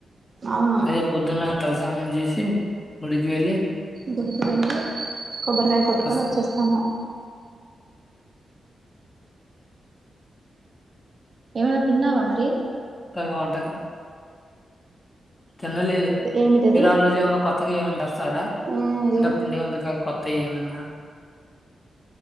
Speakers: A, on the right; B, on the left.
A: అవును
B: అదే పొద్దున్న తలస్నానం చేసి గుడికి వెళ్ళి
A: గుడికి వెల్లి కొబ్బరికాయ కొట్టుకొని
B: వస్తా
A: వచ్చేస్తాను ఏమనా తిన్నావా మరి
B: త వంటగ తినలేదు
A: ఏమిటది
B: మీరు ఆ రోజు ఏమైన్నా కొత్త క ఏమంట స్థారా
A: ఆ
B: అంటే
A: ఏం
B: పిండి వంటాకాలు కొత్త తె ఏ మన్న